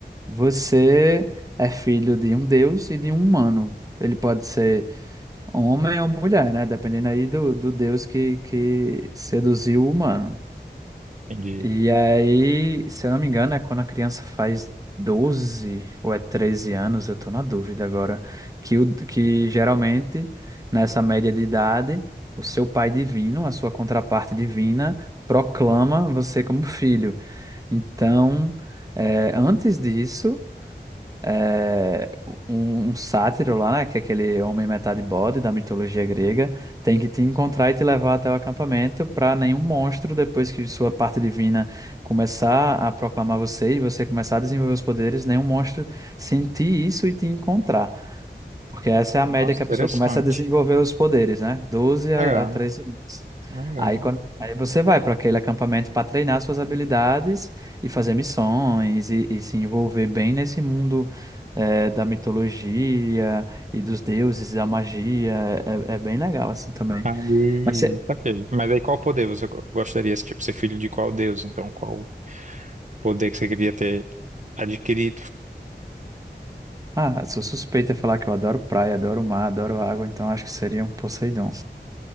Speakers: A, on the right; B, on the right.
A: você é filho de um deus e de um humano. Ele pode ser homem ou mulher, né? Dependendo aí do, do deus que, que seduziu o humano.
B: Entendi.
A: E aí, se eu não me engano, é quando a criança faz 12 ou é 13 anos, eu tô na dúvida agora, que, o, que geralmente, nessa média de idade, o seu pai divino, a sua contraparte divina, proclama você como filho. Então, eh, antes disso é, um, um sátiro lá, né? Que é aquele homem metade bode da mitologia grega, tem que te encontrar e te levar até o acampamento para nenhum monstro, depois que sua parte divina começar a proclamar você e você começar a desenvolver os poderes, nenhum monstro sentir isso e te encontrar. Porque essa é a média
B: Nossa,
A: que a
B: interessante.
A: pessoa começa a desenvolver os poderes, né? 12 a,
B: Legal.
A: a 13 anos.
B: Legal.
A: Aí, quando, aí você vai para aquele acampamento para treinar suas habilidades e fazer missões e, e se envolver bem nesse mundo eh, da mitologia e dos deuses, da magia. É, é é bem legal assim também.
B: Aí,
A: Mas você,
B: saquei. Mas aí qual poder você go- gostaria, tipo, ser filho de qual deus? Então, qual poder que você queria ter adquirido?
A: ah, sou suspeita em falar que eu adoro praia, adoro mar, adoro água, então acho que seria um Poseidon.